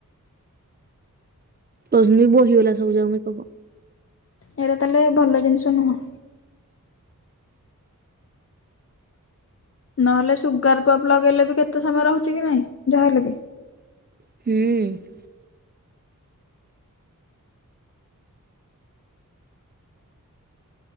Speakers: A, on the right; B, on the left.
A: କହୁସନ୍ତି ବୋହିଗଲା ସବୁ ଜାକ ମେକପ।
B: ହେରା ତାହେଲେ ଭଲ ଜିନିଷ ନୁହଁ। ନହେଲେ ସୁଗାର ପପ୍ ଲଗେଇଲେ ବି କେତେ ସମୟ ରହୁଛି କି ନାଇଁ ଯାହା ହେଲେ ବି।
A: ହୁଁ।